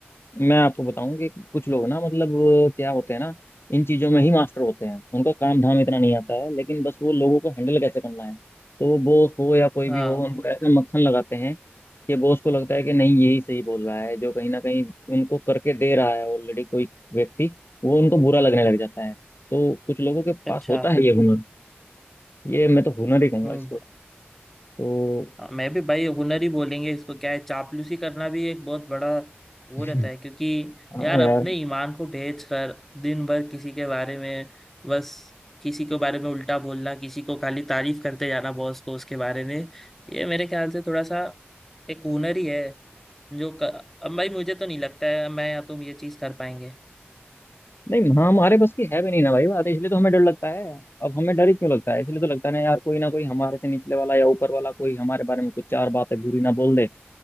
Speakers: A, on the left; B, in the centre.
A: मैं आपको बताऊं कि कुछ लोग ना मतलब क्या होते हैं ना इन चीजों में ही मास्टर होते हैं उनका काम धाम इतना नहीं आता है लेकिन बस वो लोगों को हैंडल कैसे करना है तो बॉस हो या कोई
B: हाँ
A: भी हो उनको ऐसा मक्खन लगाते हैं कि बॉस को लगता है कि नहीं यही सही बोल रहा है जो कहीं ना कहीं उनको करके दे रहा है ऑलरेडी कोई व्यक्ति वो उनको बुरा लगने लग जाता है तो कुछ लोगों के
B: अच्छा
A: पास होता है ये हुनर ये मैं तो हुनर ही कहूंगा
B: हम्म
A: इसको
B: ब-
A: तो
B: हाँ, मैं भी भाई हुनर ही बोलेंगे इसको क्या है चापलूसी करना भी एक बहुत बड़ा वो
A: <laughs>
B: रहता है क्योंकि
A: हाँ
B: यार
A: यार
B: अपने ईमान को बेच कर दिन भर किसी के बारे में बस किसी के बारे में उल्टा बोलना किसी को खाली तारीफ करते जाना बॉस को उसके बारे में ये मेरे ख्याल से थोड़ा सा एक हुनर ही है जो क- अब भाई मुझे तो नहीं लगता है मैं या तुम ये चीज कर पाएंगे
A: नहीं हाँ हमारे बस की है भी नहीं ना भाई बात इसलिए तो हमें डर लगता है अब हमें डर ही क्यों लगता है इसलिए तो लगता है ना यार कोई ना कोई हमारे से निचले वाला या ऊपर वाला कोई हमारे बारे में कुछ चार बातें बुरी ना बोल दे